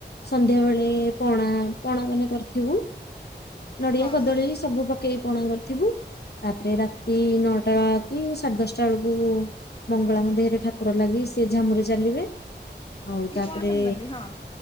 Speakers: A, on the left; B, on the left.
A: ସନ୍ଧ୍ୟା ବେଳେ ପଣା ପଣା ମାନେ କରିଥିବୁ। ନଡିଆ
B: ହଁ
A: କଦଳୀ ସବୁ ପକେଇକି ପଣା କରିଥିବୁ। ତାପରେ ରାତି ନଅଟା ବେ କି ସାଢେ ଦଶଟା ବେଳକୁ। ମଙ୍ଗଳାଙ୍କ ଦେହରେ ଠାକୁର ଲାଗି ସେ ଝାମୁରେ ଚାଲିବେ ଆଉ ତାପରେ
B: ପଣା ସଂକ୍ରାନ୍ତି ହଁ।